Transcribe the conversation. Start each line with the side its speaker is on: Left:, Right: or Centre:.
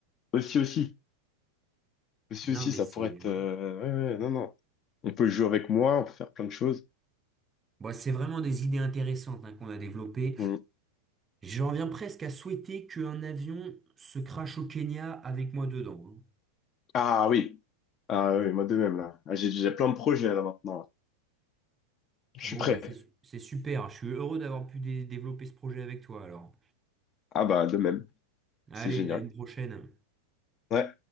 Left: aussi, aussi, aussi,
Right: Non,
Left: aussi,
Right: mais
Left: ça
Right: c'est...
Left: pourrait être.
Right: Ouais.
Left: euh, ouais, ouais, non, non. On peut jouer avec moi, on peut faire plein de choses.
Right: Bon, c'est vraiment des idées intéressantes, hein, qu'on a développées.
Left: Mm.
Right: J'en viens presque à souhaiter qu'un avion se crache au Kenya avec moi dedans. hein.
Left: Ah oui, ah oui, moi de même là. Ah, j'ai j'ai plein de projets là maintenant. là. Je
Right: Bon,
Left: suis prêt.
Right: bah c'est su- c'est super. Je suis heureux d'avoir pu dé- développer ce projet avec toi alors.
Left: Ah bah de même,
Right: Allez,
Left: c'est génial.
Right: à une prochaine.
Left: Ouais.